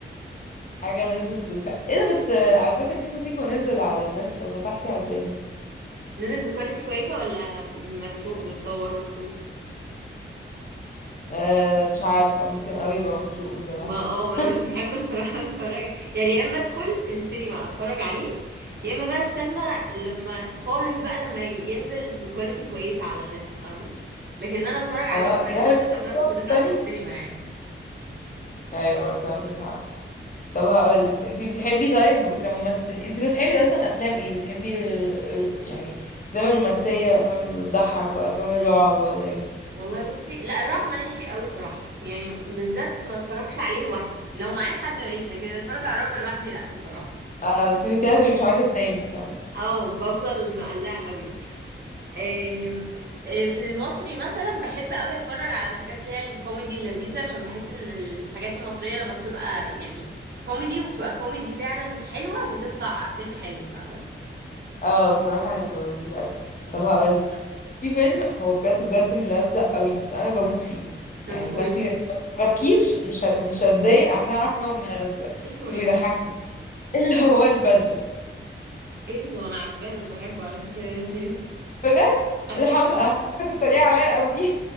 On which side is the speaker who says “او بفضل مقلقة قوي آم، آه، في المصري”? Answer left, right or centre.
Right